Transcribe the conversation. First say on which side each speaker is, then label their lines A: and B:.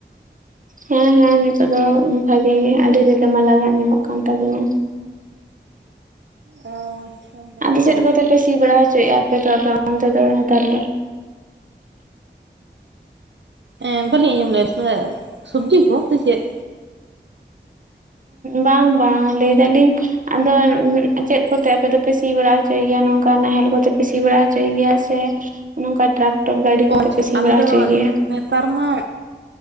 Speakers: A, on the right; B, on the right.
A: ᱦᱮᱸ ᱦᱮᱸ ᱱᱤᱛᱚᱜ ᱫᱚ ᱵᱷᱟᱜᱤ ᱜᱮ ᱟᱰᱤ ᱨᱤᱞᱟᱹᱢᱟᱞᱟ ᱜᱮ ᱟᱸᱡᱚᱢᱚᱜ ᱠᱟᱱ ᱛᱟᱵᱤᱱᱟ ᱾
B: ᱚ, ᱦᱮᱸᱛᱚ
A: ᱟᱫᱚ ᱪᱮᱫ ᱠᱚᱛᱮ ᱯᱮ ᱥᱤ ᱵᱟᱲᱟ ᱦᱚᱪᱚᱭᱮᱫᱼᱟ ᱟᱯᱮ ᱫᱚ ᱟᱯᱮ ᱚᱱᱛᱮ ᱫᱚ ᱱᱮᱛᱟᱨ ᱫᱚ ᱾
B: ᱦᱮᱸ ᱵᱟᱹᱞᱤᱧ ᱟᱸᱡᱚᱢ ᱞᱮᱜ-ᱟ ᱥᱮ ᱥᱚᱵᱡᱤ ᱠᱚ ᱥᱮ ᱪᱮᱫ?
A: ᱵᱟᱝ ᱵᱟᱝ ᱞᱟᱹᱭ ᱫᱟᱞᱤᱧ ᱼᱼ ᱟᱫᱚ ᱩᱸ ᱪᱮᱫ ᱠᱚᱛᱮ ᱟᱯᱮ ᱫᱚᱯᱮ ᱥᱤ ᱵᱟᱲᱟ ᱦᱚᱪᱚᱭ ᱜᱮᱭᱟ ᱱᱚᱝᱠᱟ ᱱᱟᱦᱮᱞ ᱠᱚᱛᱮᱯᱮ ᱥᱤ ᱵᱟᱲᱟ ᱦᱚᱪᱚᱭ ᱜᱮᱭᱟ ᱥᱮ ᱼᱼ ᱱᱚᱝᱠᱟ ᱴᱨᱟᱠᱴᱚᱨ ᱜᱟᱰᱤ
B: ᱚ
A: ᱠᱚᱛᱮ
B: ᱟᱪᱪᱷᱟ
A: ᱯᱮ
B: ᱟᱪᱪᱷᱟ
A: ᱥᱤ
B: ᱟᱞᱮ
A: ᱵᱟᱲᱟ
B: ᱫᱚ
A: ᱦᱚᱪᱚᱭ ᱜᱮᱭᱟ?
B: ᱱᱮᱛᱟᱨ ᱢᱟ